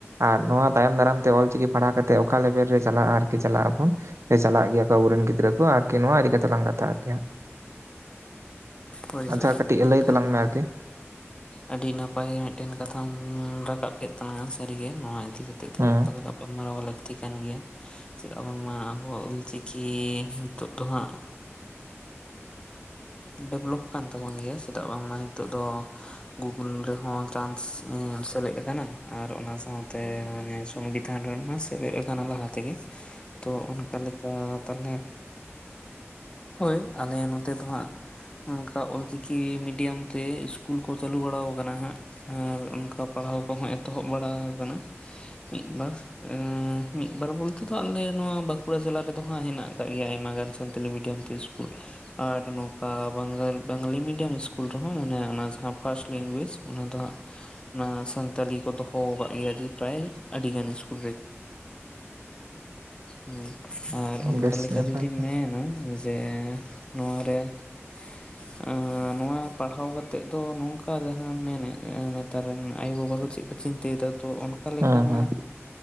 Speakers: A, on the right; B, on the left.
A: ᱟᱨ ᱱᱚᱣᱟ ᱛᱟᱭᱚᱢ ᱫᱟᱨᱟᱢ ᱛᱮ ᱚᱞ ᱪᱤᱠᱤ ᱯᱟᱲᱦᱟᱣ ᱠᱟᱛᱮ ᱚᱠᱟ ᱞᱮᱵᱮᱞ ᱨᱮ ᱛᱟᱦᱚᱞᱮ ᱟᱨᱠᱤ ᱪᱟᱞᱟᱜ ᱟᱵᱚᱱ ᱪᱟᱞᱟᱜ ᱜᱮᱭᱟ ᱠᱚ ᱟᱵᱚᱨᱮᱱ ᱜᱤᱫᱽᱨᱟᱹ ᱠᱚ ᱟᱨᱠᱤ ᱱᱚᱣᱟ ᱤᱫᱤ ᱠᱟᱛᱮ ᱞᱟᱝ ᱠᱟᱛᱷᱟᱼᱟ ᱟᱨᱠᱤ ᱦᱟᱜ᱾
B: ᱦᱳᱭ
A: ᱟᱪᱪᱷᱟ
B: ᱦᱳᱭ
A: ᱠᱟᱹᱴᱤᱡ
B: ᱮᱱᱠᱷᱟᱱ
A: ᱞᱟᱹᱭ ᱛᱟᱞᱟᱝ
B: ᱢᱟ
A: ᱢᱮ ᱟᱨᱠᱤ
B: ᱟᱹᱰᱤ ᱱᱟᱯᱟᱭ ᱢᱤᱫᱴᱮᱱ ᱠᱟᱛᱷᱟᱢ ᱨᱟᱠᱟᱵ ᱠᱮᱫ ᱛᱟᱞᱟᱝ-ᱟ ᱥᱟᱹᱨᱤᱜᱮ ᱱᱚᱣᱟ ᱤᱫᱤ ᱠᱟᱛᱮ ᱫᱚ
A: ᱦᱮᱸ
B: ᱮᱠᱟᱞ ᱜᱟᱯᱟᱞᱢᱟᱨᱟᱣ ᱞᱟᱹᱠᱛᱤ ᱠᱟᱱ ᱜᱮᱭᱟ᱾ ᱪᱮᱫᱟᱜ ᱵᱟᱝᱢᱟ ᱟᱵᱚ ᱚᱞᱪᱤᱠᱤ ᱱᱤᱛᱚᱜ ᱫᱚ ᱦᱟᱜ ᱰᱮᱵᱷᱞᱚᱯ ᱠᱟᱱ ᱛᱟᱵᱚᱱ ᱜᱮᱭᱟ ᱪᱮᱫᱟᱜ ᱵᱟᱝᱢᱟ ᱱᱤᱛᱚᱜ ᱫᱚ ᱜᱩᱜᱩᱞ ᱨᱮ ᱦᱚᱸ ᱪᱟᱱᱥ ᱥᱮᱞᱮᱫ ᱠᱟᱱᱟ᱾ ᱟᱨ ᱚᱱᱟ ᱥᱟᱶᱛᱮ ᱢᱟᱱᱮ ᱥᱚᱝᱵᱤᱫᱷᱟᱱ ᱨᱮᱢᱟ ᱥᱮᱞᱮᱫ ᱠᱟᱱᱟ ᱞᱟᱦᱟ ᱛᱮᱜᱮ ᱛᱚ ᱚᱱᱠᱟ ᱞᱮᱠᱟ ᱛᱟᱦᱟᱞᱮ ᱦᱳᱭ ᱟᱞᱮ ᱱᱚᱛᱮ ᱫᱚ ᱦᱟᱜ ᱚᱱᱠᱟ ᱚᱞᱪᱤᱠᱤ ᱢᱤᱰᱤᱭᱟᱢ ᱛᱮ ᱤᱥᱠᱩᱞ ᱠᱚ ᱪᱟᱹᱞᱩ ᱵᱟᱲᱟ ᱟᱠᱟᱱᱟ ᱦᱟᱸᱜ᱾ ᱟᱨ ᱚᱱᱠᱟ ᱯᱟᱲᱦᱟᱣ ᱠᱚᱦᱚᱸ ᱮᱛᱚᱦᱚᱵ ᱵᱟᱲᱟ ᱠᱟᱱᱟ᱾ ᱢᱤᱫ ᱵᱟᱨ ᱢᱤᱫ ᱵᱟᱨ ᱵᱚᱞᱛᱮ ᱫᱚ ᱟᱞᱮ ᱱᱚᱣᱟ ᱵᱟᱸᱠᱩ ᱵᱟᱸᱠᱩᱲᱟ ᱡᱮᱞᱟ ᱨᱮᱫᱚ ᱦᱟᱸᱜ ᱦᱮᱱᱟᱜ ᱟᱠᱟᱜ ᱜᱮᱭᱟ ᱟᱭᱢᱟ ᱜᱟᱱ ᱥᱟᱱᱛᱟᱞᱤ ᱢᱤᱰᱤᱭᱟᱢ ᱛᱮ ᱤᱥᱠᱩᱞ ᱟᱨ ᱵᱟᱝ ᱵᱟᱝᱟᱞᱤ ᱢᱤᱰᱤᱭᱟᱢ ᱤᱥᱠᱩᱞ ᱨᱮᱦᱚᱸ ᱢᱟᱱᱮ ᱚᱱᱟ ᱡᱟᱦᱟᱸ ᱯᱷᱟᱥᱴ ᱞᱮᱝᱜᱩᱭᱮᱡ ᱚᱱᱟ ᱫᱚ ᱦᱟᱸᱜ ᱚᱱᱟ ᱥᱟᱱᱛᱟᱞᱤ ᱠᱚ ᱫᱚᱦᱚ ᱠᱟᱜ ᱜᱮᱭᱟ ᱡᱮ ᱯᱨᱟᱭ ᱟᱹᱰᱤ ᱜᱟᱱ ᱤᱥᱠᱩ <unintelligible> ᱟᱨ ᱚᱱᱠᱟ
A: ᱵᱮᱥ
B: ᱞᱮᱠᱟ
A: ᱱᱟᱯᱟᱭ
B: ᱡᱩᱚᱫᱤᱢ
A: ᱜᱮ
B: ᱢᱮᱱᱟ ᱡᱮ ᱱᱚᱣᱟᱨᱮ <unintelligible> ᱱᱚᱣᱟ ᱯᱟᱲᱦᱟᱣ ᱠᱟᱛᱮᱜ ᱫᱚ ᱱᱚᱝᱠᱟ ᱡᱟᱦᱟᱸᱢ ᱢᱮᱱᱮᱫ ᱱᱮᱛᱟᱨ ᱨᱮᱱ ᱟᱭᱩ ᱵᱟᱵᱟ ᱠᱚ ᱪᱮᱫ ᱪᱤᱱᱛᱟᱹᱭᱮᱫᱟ ᱛᱚ ᱚᱱᱠᱟ ᱞᱮᱠᱟ
A: ᱦᱩᱸ
B: ᱢᱟ
A: ᱦᱩᱸ